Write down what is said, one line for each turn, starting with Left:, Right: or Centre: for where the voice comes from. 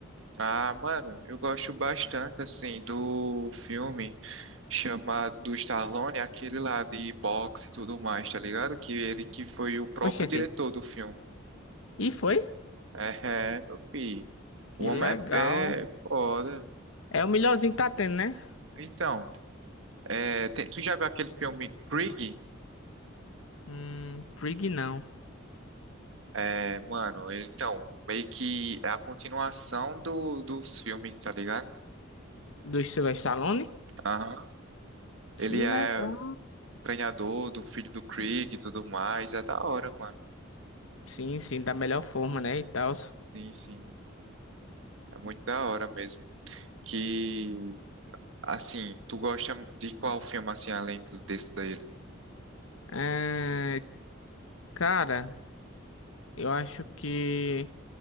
Right: Ah, mano, eu gosto bastante, assim, do filme chamado do Stallone, aquele lá de boxe e tudo mais, tá ligado? Que ele que foi o próprio
Left: Oxente,
Right: diretor do filme.
Left: e foi?
Right: É, é, meu filho.
Left: Que
Right: O homem
Left: legal.
Right: é, é foda.
Left: É o melhorzinho que tá tendo, né?
Right: Então, é, tem- tu já viu aquele filme Krieg?
Left: Hum, Prig não.
Right: É, mano, então, meio que é a continuação do, dos filmes, tá ligado?
Left: Do Sylvester Stallone?
Right: Aham.
Left: Que
Right: Ele
Left: legal.
Right: é treinador do filho do Krieg e tudo mais. É da hora, mano.
Left: Sim, sim, da melhor forma, né? E tal.
Right: Sim, sim. É muito da hora mesmo. Que, assim, tu gosta de qual filme, assim, além do, desse daí?
Left: É, cara, eu acho que.